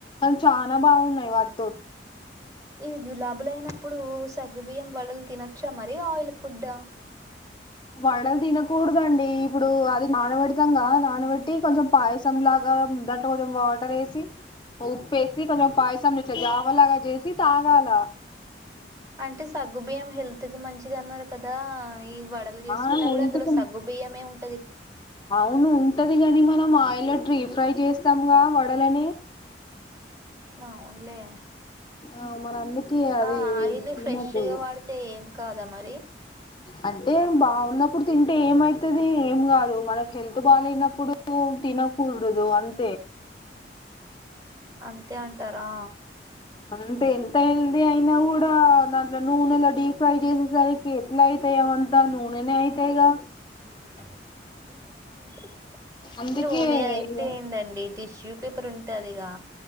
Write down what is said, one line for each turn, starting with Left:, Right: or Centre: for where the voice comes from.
Left: అని చాలా బాగున్నాయి వాటి
Right: ఈ జులాబులు అయినప్పుడు సగ్గుబియ్యం వడలు తినొచ్చు మరీ ఆయిల్ ఫుడ్ డా
Left: వడలు తినకూడదండి ఇప్పుడు అది నానబెడతాంగా నానబెట్టి కొంచెం పాయసం లాగా దాంట్లో కొంచం వాటర్ ఏసి ఉప్పేసి కొంచెం పాయసం కొంచెం జావలాగా చేసి తాగాల
Right: అంటే సగ్గు బియ్యం హెల్త్ కి మంచిది అన్నారు కదా ఈ వడలు చేసుకున్నా
Left: ఆ హెల్త్
Right: కూడా అందులో
Left: కు
Right: సగ్గుబియ్యమే ఉంట
Left: అవును ఉంటది గాని మనం ఆయిల్ డీప్ ఫ్రై చేస్తాం వడలని
Right: అవునులే
Left: ఆ మరి అందుకే అది
Right: ఆ ఆయిలు
Left: తినద్దు
Right: ఫ్రెష్ గా వాడితే ఏం కాదా మరి
Left: అంటే బాగున్నప్పుడు తింటే ఏమవుతుది ఏం కాదు మనకి హెల్త్ బాగానప్పుడు తినకూడదు అంత
Right: అంతే అంటారా
Left: అంతే ఎంత అయిల్ అ అయినా కూడా దాంట్లో నూనెలో డీప్ ఫ్రై చేసేసరికి ఎట్ల అయితాయి అంతా నూనె అయి అంతేగా
Right: టీవీ సౌండ్
Left: అందుకే
Right: నూనె అయితే
Left: ఇగ
Right: ఎందండి టిష్యూ పేపర్ ఉంటుదిగా